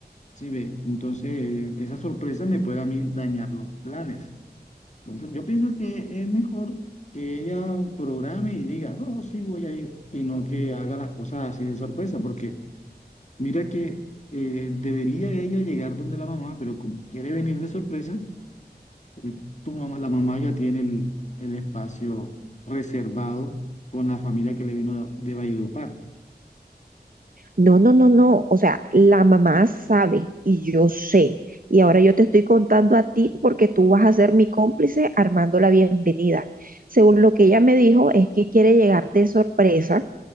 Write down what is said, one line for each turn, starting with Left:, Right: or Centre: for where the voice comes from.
Left: Sí, ve, entonces eh, esa sorpresa me puede a mí dañar los planes. Entonces yo pienso que es mejor que ella programe y diga, no, sí voy a ir, y no que haga las cosas así de sorpresa, porque Mira que eh, debería ella llegar donde la mamá, pero como quiere venir de sorpresa, eh, tu mamá, la mamá ya tiene el, el espacio reservado con la familia que le vino de, de Valledupar.
Right: No, no, no, no. O sea, la mamá sabe y yo sé. Y ahora yo te estoy contando a ti porque tú vas a ser mi cómplice armando la bienvenida. Según lo que ella me dijo, es que quiere llegar de sorpresa,